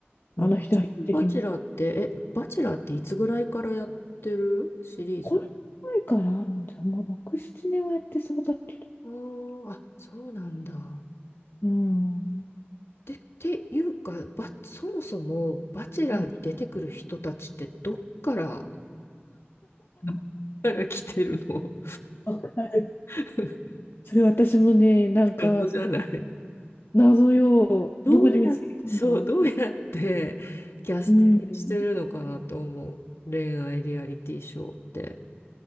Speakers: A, on the left; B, on the left.
A: 昔のバチェラーって、
B: あの人は的な。
A: え、バチェラーっていつぐらいからやってるシリーズ
B: これ前からあるんじゃん。もう6、7年はやってそうだけど。
A: あーあ、そうなんだ。
B: うん。
A: で、っていうか、ば、そもそも、バチェラーに出てくる人たちって、
B: うん
A: どっから、どっから来てるの
B: わかる
A: <laughs>
B: それ私もね、なんか、
A: 謎じゃない。
B: 謎よ。
A: <laughs> どうや、
B: どこで見つけたのって。
A: そう、どうやってキャスティングしてるのかなと思う。
B: うん。
A: 恋愛リアリティショーって。